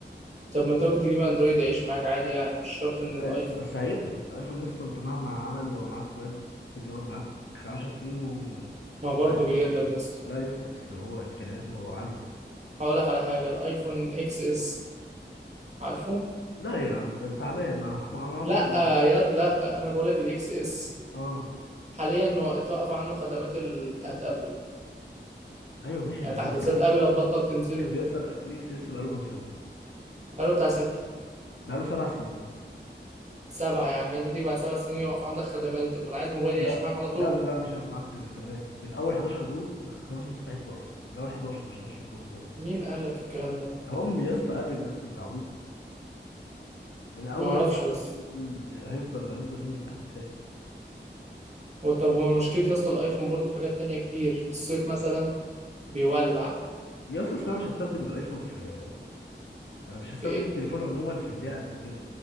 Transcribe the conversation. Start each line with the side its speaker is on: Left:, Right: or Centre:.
Right: طب ما انت ممكن تجيب اندرويد يعيش معاك عادي يعني مش شرط ان
Left: لا
Right: الايفون
Left: يس بس هيقدم الايفون يس انت مهما عمل هو معاك بان ممكن يقعد معاك 10 سنين وعادي
Right: ما برضه بيقدم
Left: هو ما يقدمش
Right: يا اسطى
Left: لا يا اسطى بس هو امكانياته عاليه
Right: هقول لك على حاجه الايفون اكس اس عارفه
Left: لا يا عم ده تعبان مع مع مع عمو
Right: لا ياد لا انا بقول لك الاكس اس
Left: اه
Right: حاليا هو اتوقف عنه خدمات ال- بتاعت ابل
Left: ايوه ماشي
Right: يعني
Left: عشان
Right: تحديثات
Left: تبص يا اسطى
Right: ابل هتبطل تنزله
Left: طب يا اسطى الاكس اس بقاله كام سنه بس
Right: بقاله بتاع ستة
Left: بقاله سبع سنين
Right: سبعة يا عم انت تيجي بعد سبع سنين يقف عندك خدمات انت بتقول عايز موبايل
Left: لا
Right: يعيش معاك على طول
Left: لا لا مش هيقف معاك في الخدمات من اول 11 برو الخدمات مستحيل تقف من اول 11 مش 10 برو كمان
Right: مين قال لك الكلام ده
Left: هم يا اسطى ابل يا اسطى انت عبيط من اول
Right: ما اعرفش
Left: 11
Right: بس
Left: مش هينزل هيفضل هيفضل ينزل تحديثات
Right: وطب وما مشكلة يا اسطى الايفون برضه في حاجات تانية كتير في الصيف مثلا بيولع
Left: يا اسطى أصل انا مش هستخدم الايفون في انا مش هستخدم
Right: في ايه
Left: التليفون عموما في اللعب وكده